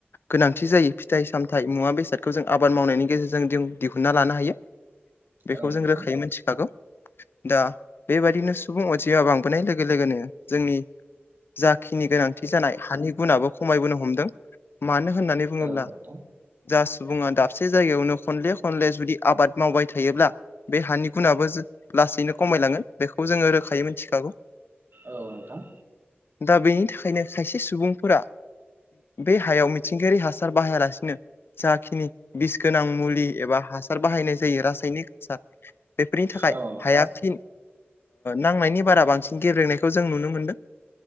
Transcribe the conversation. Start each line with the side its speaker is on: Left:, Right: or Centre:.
Left: गोनांथि जायो फिथाइ साम फिथथाय मुवा बेसादखौ जों आबाद मावनायनि गेजेरजों जों दिहुनन्ना लानो हायो। बेखौ
Right: औ
Left: जों
Right: नोंथां
Left: रोखायै मिथिखागौ दा बेबायदिनो सुबुं अनजिमा बांबोनाय लोगो लोगोनो जोंनि जाखिनि गोनांथि जानाय हानि गुनआो खमायबोनो हमदों। मानो होननानै बुङोब्ला
Right: औ नोंथां
Left: जा सुबुङा दाबसे जायगायावनो खनले खनले जुदि आबाद मावबाय थायोब्ला बे हानि गुनाबो लासैनो खमायलांगोन बेखौ जोङो रोखायै मिथिखागौ।
Right: औ नोंथां।
Left: दा बेनि थाखायनो खायसे सुबुं फोर बे हायाव मिथिंगायारि हासार बाहायालासिनो जाखिनि बिस गोनां मुलि एबा हासार बाहायनाय जायो रासायनिक हासार बेफोरनि थाखाय
Right: औ नोंथां औ नोंथां
Left: हाया फिन नांनायनि बारा बांसिन गेल्लेनायखौ जों नुनो मोनदों।